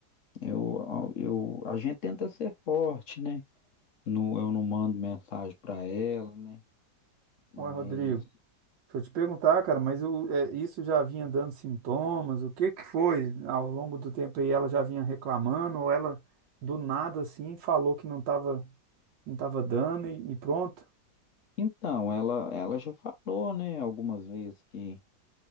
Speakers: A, on the left; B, on the right.
A: Eu, eu, a gente tenta ser forte, né? No, eu não mando mensagem para ela, né? Mas
B: Ué, Rodrigo, Deixa eu te perguntar, cara, mas o- é, isso já vinha dando sintomas? O que que foi ao longo do tempo aí? Ela já vinha reclamando ou ela do nada assim falou que não tava, não tava dando e, e pronto?
A: então, ela, ela já falou, né, algumas vezes que,